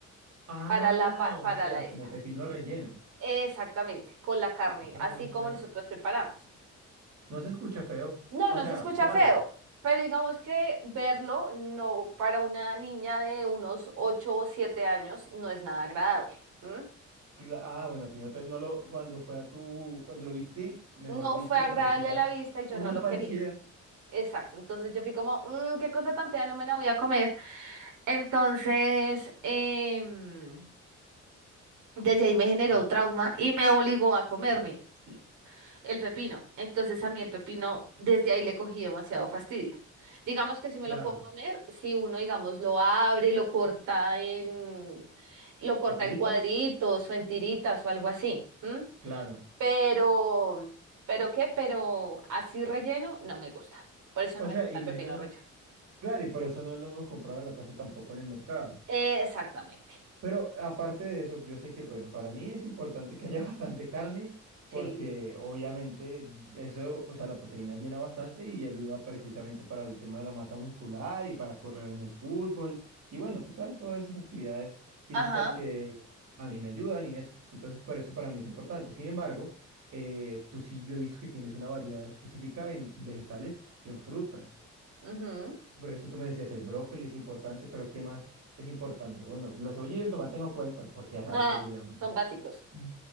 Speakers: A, on the right; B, on the right.
A: ah,
B: para la, pa-
A: o
B: para
A: sea,
B: la esta.
A: como pepino relleno.
B: Exactamente, con la carne,
A: Ah, pero
B: así
A: no sé,
B: como nosotros preparamos.
A: no se escucha feo.
B: No,
A: O
B: no
A: sea,
B: se escucha
A: claro.
B: feo, pero digamos que verlo no para una niña de unos ocho o 7 años no es nada agradable. ¿m?
A: Cla- Ah, bueno, a ti no te- no lo, cuando fue a tu, cuando lo viste, mejor
B: No
A: dicho,
B: fue agradable
A: parecía.
B: a la vista y yo
A: ¿Cómo
B: no lo
A: parecía?
B: quería. Exacto, entonces yo fui como, "Mm, qué cosa tan fea, no me la voy a comer. Entonces, em, desde ahí me generó
A: Mm,
B: trauma y me obligó a comerme. El pepino. Entonces a mí el pepino, desde ahí le cogí demasiado fastidio. Digamos que si me
A: Claro.
B: lo puedo comer, si uno, digamos, lo abre, lo corta en, lo corta
A: ¿En tiritas?
B: en cuadritos o en tiritas o algo así. ¿m?
A: Claro.
B: Pero, ¿pero qué? Pero así relleno no me gusta. Por eso
A: O
B: no me
A: sea,
B: gusta
A: y
B: el
A: menos.
B: pepino relleno.
A: Claro, y por eso no lo hemos comprado en la casa tampoco en el mercado.
B: Exactamente.
A: Pero aparte de eso, yo sé que, bueno, para mí es importante que haya <laughs> bastante carne
B: Sí.
A: porque obviamente eso, o sea, la proteína llena bastante y ayuda precisamente para el tema de la masa muscular y para correr en el fútbol. Y bueno, tú sabes todas esas actividades físicas
B: Ajá.
A: que a mí me ayudan y eso. Entonces, por eso para mí es importante. Sin embargo, eh, tú sí, yo he visto que tienes una variedad específica en vegetales y en frutas.
B: ujú.
A: Por eso tú me decías, el brócoli es importante, pero ¿qué más es importante? Bueno, la cebolla y el tomate no cuentan, porque ajá,
B: Ah,
A: eso lo llevamos siempre.
B: son básicos.
A: <clears throat> Mm.